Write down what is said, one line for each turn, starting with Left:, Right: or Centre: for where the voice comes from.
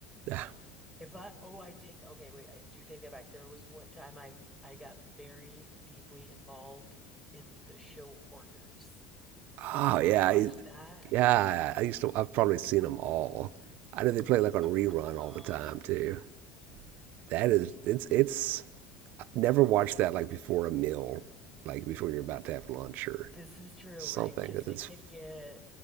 Right: Nah.
Centre: If I, oh, I take, okay, wait, I do take that back. There was one time I I got very deeply involved in the show Hoarders. Have
Right: Oh
Centre: you ever
Right: yeah,
Centre: watched
Right: I,
Centre: that?
Right: yeah.
Centre: <laughs>
Right: I used to. I've probably seen them all. I know they play like on rerun
Centre: Oh,
Right: all the time too. that is it's it's I've never watched that like before a meal, like before you're about to have lunch or
Centre: This is true,
Right: something
Centre: right? Because
Right: because
Centre: it
Right: it's
Centre: can get